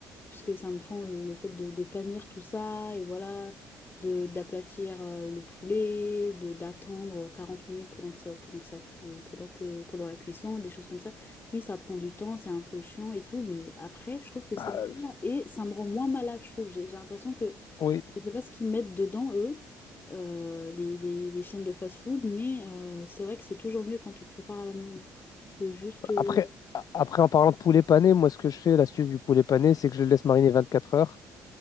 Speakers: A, on the left; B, on the left.
A: puisque ça me prend le, le fait de, de panir tout ça, et voilà, de, d'aplatir euh, le poulet, de, d'attendre 40 minutes pendant que ça, pendant que ça, cu- pendant que, pendant la cuisson, des choses comme ça. Oui, ça prend du temps, c'est un peu chiant et tout, mais après, je trouve que c'est
B: Euh,
A: meilleur, et ça me rend moins malade, je trouve. J'ai j'ai l'impression que,
B: oui.
A: je sais pas ce qu'ils mettent dedans, eux, euh, les, les- les chaînes de fast-food, mais euh, c'est vrai que c'est toujours mieux quand tu le prépares à la maison. Faut juste... euh,
B: Après, a- après, en parlant de poulet pané, moi, ce que je fais, l'astuce du poulet pané, c'est que je le laisse mariner 24 heures.